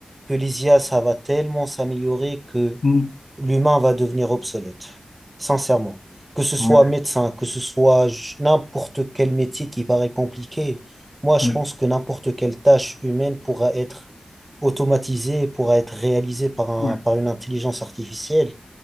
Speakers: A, on the right; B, on the left.
A: que les IA, ça va tellement s'améliorer que
B: Mhm.
A: l'humain va devenir obsolète, sincèrement. Que ce soit
B: Ouais,
A: médecin, que ce soit j- n'importe quel métier qui paraît compliqué, moi je
B: ouais,
A: pense que n'importe quelle tâche humaine pourra être automatisée, pourra être réalisée par un,
B: ouais,
A: par une intelligence artificielle